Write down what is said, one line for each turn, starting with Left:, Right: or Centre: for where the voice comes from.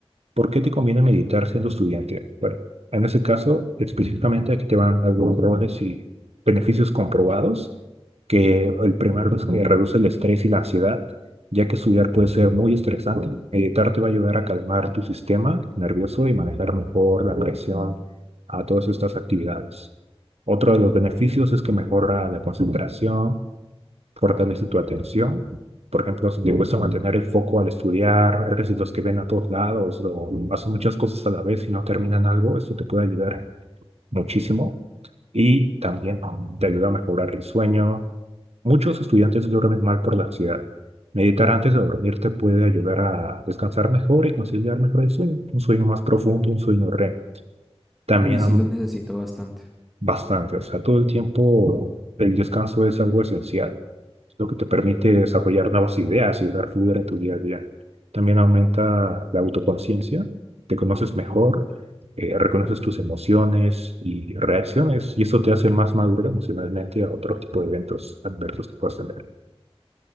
Right: ¿por qué te conviene meditar siendo estudiante? Bueno, en ese caso, específicamente aquí te van algunos roles y beneficios comprobados, que el primero es que reduce el estrés y la ansiedad, ya que estudiar puede ser muy estresante. Meditar te va a ayudar a calmar tu sistema nervioso y manejar mejor la presión a todas estas actividades. Otro de los beneficios es que mejora la concentración fortalece tu atención. Por ejemplo, si te cuesta mantener el foco al estudiar, eres de los que ven a todos lados o hacen muchas cosas a la vez y no terminan algo, esto te puede ayudar muchísimo y también te ayuda a mejorar el sueño. Muchos estudiantes duermen mal por la ansiedad. Meditar antes de dormir te puede ayudar a descansar mejor y conciliar mejor el sueño, un sueño más profundo, un sueño REM. También
Centre: Uy, sí,
Right: am-
Centre: lo necesito bastante.
Right: Bastante, o sea, todo el tiempo el descanso es algo esencial, lo que te permite desarrollar nuevas ideas y dar fluidez en tu día a día. También aumenta la autoconciencia, te conoces mejor, eh, reconoces tus emociones y reacciones, y eso te hace más maduro emocionalmente a otro tipo de eventos adversos que puedas tener.